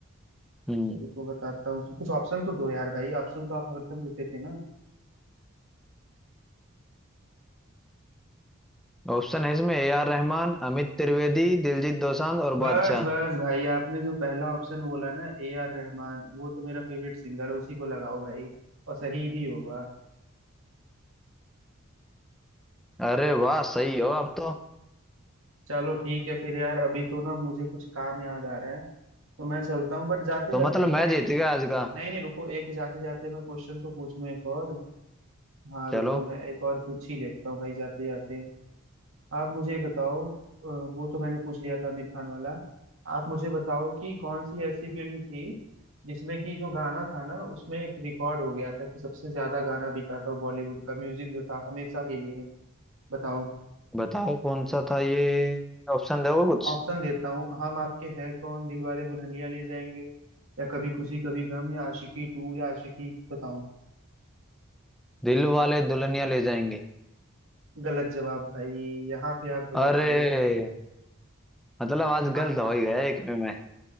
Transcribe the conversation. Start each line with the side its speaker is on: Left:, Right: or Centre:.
Centre: हम्म
Right: चलो रुको बताता हूँ कुछ ऑप्शन तो दो यार भाई ऑप्शन तो आप हरदम देते थे ना
Centre: ऑप्शन है इसमें ए आर रहमान अमित त्रिवेदी दिलजीत दोसांझ और
Right: बस
Centre: बादशाह
Right: बस भाई आपने जो पहला ऑप्शन बोला ना ए आर रहमान वो तो मेरा फेवरेट सिंगर है उसी को लगाओ भाई और सही भी होगा
Centre: अरे वाह सही हो अब तो
Right: चलो ठीक है फिर यार अभी तो ना मुझे कुछ काम याद आ रहा है तो मैं चलता हूँ बट जाते
Centre: तो
Right: जाते
Centre: मतलब मैं
Right: मैं एक
Centre: जीत गया आज का
Right: नहीं नहीं रुको एक जाते जाते मैं क्वेश्चन तो पूछूं एक और हाँ
Centre: चलो
Right: रुको मैं एक और पूछ ही लेता हूँ भाई जाते जाते आप मुझे ये बताओ अ, वो तो मैंने पूछ लिया था आमिर खान वाला आप मुझे बताओ कि कौन सी ऐसी फिल्म थी जिसमें कि जो गाना था ना उसमें एक रिकॉर्ड हो गया था कि सबसे ज्यादा गाना बिका था बॉलीवुड का म्यूजिक जो था हमेशा के लिए बताओ
Centre: बताओ कौन सा था ये ऑप्शन दोगे कुछ
Right: ऑप्शन देता हूँ हम आपके है कौन दिलवाले दुल्हनिया ले जाएंगे या कभी खुशी कभी गम या आशिकी टू या आशिकी बताओ
Centre: दिल वाले दुल्हनिया ले जाएंगे
Right: गलत जवाब भाई यहाँ पे आप गलत
Centre: अरे
Right: हो गए भाई
Centre: मतलब आज
Right: यहाँ
Centre: गलत हो ही गया एक में मैं